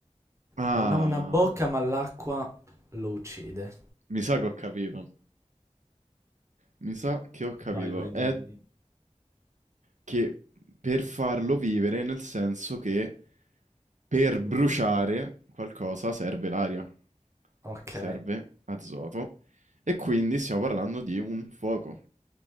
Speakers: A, on the right; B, on the right.
A: Ah,
B: Non ha una bocca ma l'acqua lo uccide.
A: mi sa che ho capito. Mi sa che ho capito.
B: Vai, vai, dimmi,
A: È
B: dimmi.
A: che per farlo vivere, nel senso che per bruciare
B: Mhm.
A: qualcosa serve l'aria,
B: Ok,
A: serve azoto, e quindi stiamo parlando di un fuoco.